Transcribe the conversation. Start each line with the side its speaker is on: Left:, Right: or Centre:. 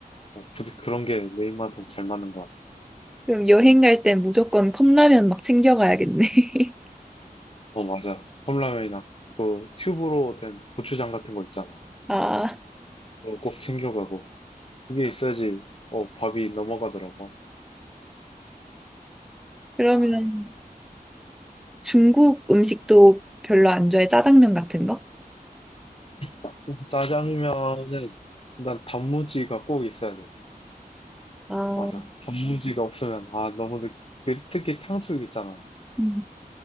Left: 어, 부대, 그런 게 내 입맛엔 잘 맞는 것 같아.
Centre: 그럼 여행 갈 땐 무조건 컵라면 막 챙겨가야겠네. <laughs>
Left: 어, 맞아. 컵라면이나 그 튜브로 된 고추장 같은 거 있잖아.
Centre: 아,
Left: 그거 꼭 챙겨가고. 그게 있어야지, 어, 밥이 넘어가더라고.
Centre: 그러면
Left: 아,
Centre: 중국 음식도 별로 안 좋아해? 짜장면 같은 거?
Left: 짜- 짜장면은 난 단무지가 꼭 있어야 돼.
Centre: 아,
Left: 맞아. 단무지가 없으면, 아, 너무 느, 그- 특히 탕수육 있잖아.
Centre: 음.